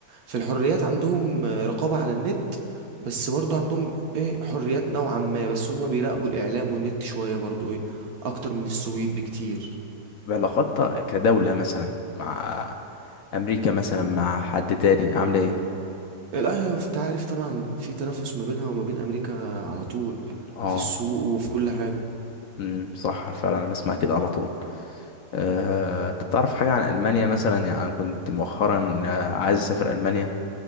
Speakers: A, on the right; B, on the left.
A: في الحريات عندهم رقابة على النت بس برضو عندهم ايه حريات نوعا ما بس هم بيراقبوا الاعلام والنت شوية برضو ايه اكتر من السويد بكتير
B: بعلاقاتها كدولة مثلا مع امريكا مثلا مع حد تاني عاملة ايه
A: لا هي انت عارف طبعا في تنافس ما بينها وما بين امريكا على طول
B: اه
A: في السوق وفي كل حاجه
B: امم صح فعلا انا بسمع كده على طول آه، تعرف حاجة عن ألمانيا مثلا يعني أنا كنت مؤخرا آه، عايز أسافر ألمانيا